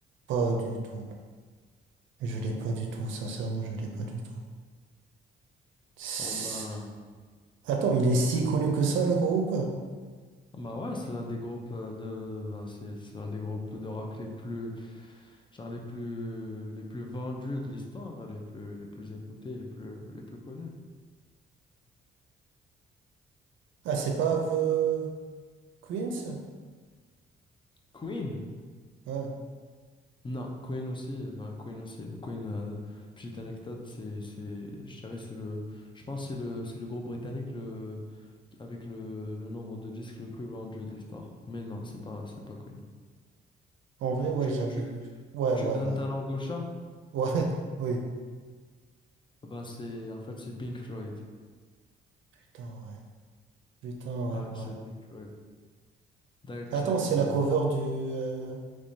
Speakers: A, on the right (about 75°); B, on the left (about 25°).
A: pas du tout. Je l'ai pas du tout, sincèrement, je l'ai pas du tout. <sniffs> Tss.
B: Bon ben,
A: Attends, il est si connu que ça, le groupe?
B: bah ouais, c'est l'un des groupes euh, de, ben c'est c'est l'un des groupes de rock les plus, genre les plus, les plus vendus de l'histoire, les plus, les plus écoutés, les plus, les plus connus.
A: Ah, c'est pas The Queens?
B: Queen.
A: Ouais.
B: Non, Queen aussi, ben Queen aussi. Queen, euh, petite anecdote, c'est, c'est, je dirais, c'est le, je pense que c'est le, c'est le groupe britannique le, avec le, le nombre de disques le plus vendu de l'histoire. Mais non, c'est pas, c'est pas Queen.
A: En vrai, ouais,
B: Tu,
A: j'avais.
B: tu,
A: Ouais,
B: tu
A: ouais,
B: donnes
A: ouais.
B: ta langue au chat?
A: Ouais, <laughs> oui.
B: Ben c'est, en fait, c'est Pink Floyd.
A: Putain, ouais. Putain, ouais,
B: Ouais, c'est
A: ouais.
B: Pink Floyd. Dark
A: Attends,
B: Side
A: c'est
B: of
A: la
B: the
A: cover
B: Moon.
A: du, euh,